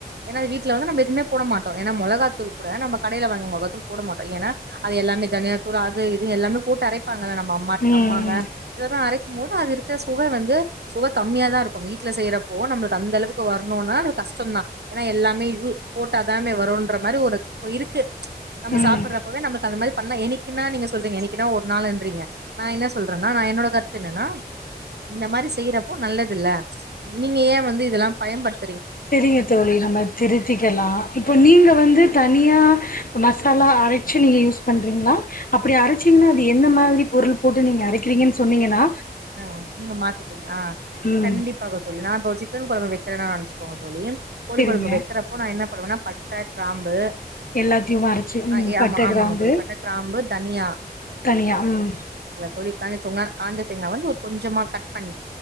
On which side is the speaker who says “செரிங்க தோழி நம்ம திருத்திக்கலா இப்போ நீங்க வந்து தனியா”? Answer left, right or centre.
Left